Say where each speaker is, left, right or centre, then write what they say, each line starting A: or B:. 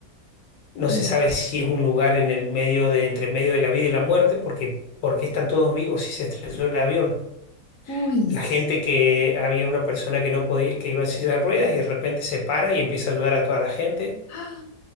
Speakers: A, on the left (about 85°); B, on the left (about 60°).
A: no
B: Uf,
A: se sabe si es un lugar en el medio de, entre medio de la vida y la muerte, porque, porque están todos vivos si se estrelló el avión.
B: uy.
A: La
B: s-
A: gente que había una persona que no podía, que iba en silla de ruedas y de repente se para y empieza a ayudar a toda la gente.
B: <gasps> ah,